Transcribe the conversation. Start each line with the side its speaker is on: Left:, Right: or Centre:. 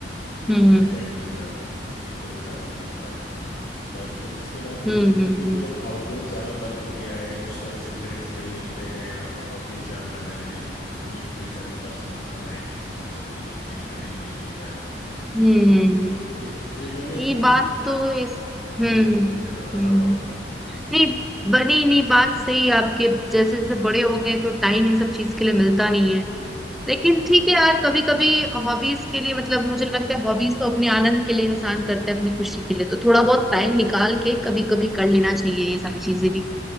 Left: ये
Centre: हम्म
Left: सारे बैडमिंटन तो मैं काफ़ी खेलता था बट उसके बाद धीरे
Centre: हम्म
Left: धीरे
Centre: हम्म
Left: क्योंकि अब आउटडोर जाना बंद हो गया है उस तरह से फ्रेंड्स नहीं मिलते हैं अब ऑफिस जाना है इतनी ढेर सारी पर्सनल लाइफ की चीज़ें चल रही होती हैं टाइम नहीं मिलता है आपको
Centre: हम्म हम्म
Left: तो फिर फिर मैंने अभी
Centre: ये बात तो इस हम्म
Left: हम्म
Centre: हम्म
Left: हाँ बताओ
Centre: हम्म।
Left: आप
Centre: नहीं बनी नहीं बात सही है आपके जैसे जैसे बड़े हो गए तो टाइम इन सब चीज के लिए मिलता नहीं है लेकिन ठीक है यार कभी कभी हॉबीज के लिए मतलब मुझे लगता है हॉबीज तो अपने आनंद के लिए इंसान करता है अपनी खुशी के लिए तो थोड़ा बहुत टाइम निकाल के कभी कभी कर लेना चाहिए ये सारी चीजें भी